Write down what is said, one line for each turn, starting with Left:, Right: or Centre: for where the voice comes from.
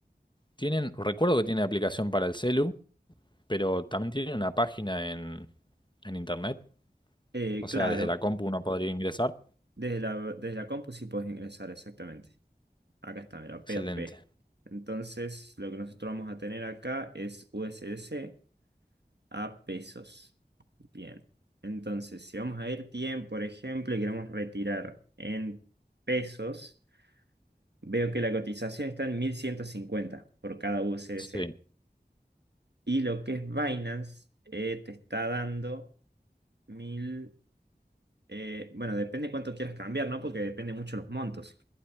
Left: Tienen, recuerdo que tienen aplicación para el celu, pero también tienen una página en, en internet.
Right: eh,
Left: O
Right: claro,
Left: sea, desde la compu uno podría ingresar.
Right: desde la, desde la compu sí puedes ingresar exactamente. Acá está, mira,
Left: Excelente.
Right: P2P. Entonces, lo que nosotros vamos a tener acá es USDC a pesos. Bien. Entonces, si vamos a ir tiempo, por ejemplo, y queremos retirar en pesos. Veo que la cotización está en 1150 por cada USDC.
Left: Sí,
Right: Y lo que es Binance eh, te está dando mil eh, bueno, depende cuánto quieras cambiar, ¿no? Porque depende mucho los montos.